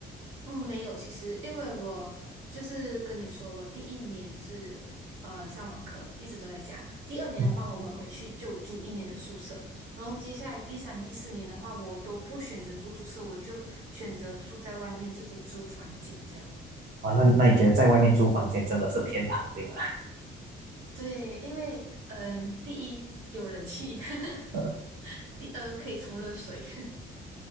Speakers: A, on the right; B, on the right.
A: 嗯，没有，其实因为我就是跟你说，我第一年是呃上网课，一直都在家。第二年的话，
B: 嗯，
A: 我们回去就住一年的宿舍，然后接下来第三、第四年的话，我都不选择住宿舍，我就选择住在外面，自己租房间这样。
B: 啊，那那你觉得在外面租房间真的是天堂，对吗？
A: 对，因为嗯、呃第一有人气，
B: 呃，
A: <laughs> 第二可以冲热水。